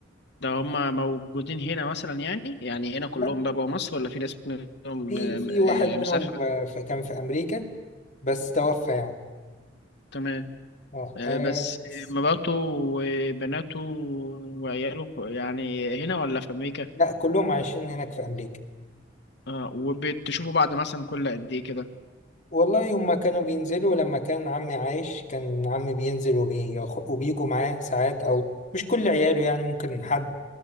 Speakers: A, on the left (about 60°); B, on the left (about 40°).
A: ده هم موجودين هنا مثلا يعني يعني هنا كلهم
B: لا
A: بقى جوه مصر ولا في ناس منهم
B: في
A: آه،
B: في واحد
A: آه،
B: منهم
A: مسافره
B: آه، ف- كان في أمريكا بس توفى يعني
A: تمام
B: اه
A: آه،
B: آه،
A: بس
B: بس
A: مراته وبناته وعياله ف- يعني هنا ولا في أمريكا؟
B: لا كلهم عايشين هناك في أمريكا
A: آه وبتشوفوا بعض مثلا كل قد إيه كده؟
B: والله هما كانوا بينزلوا لما كان عمي عايش كان عمي بينزل وبيخ... وبيجوا معاه ساعات أو مش كل عياله يعني ممكن حد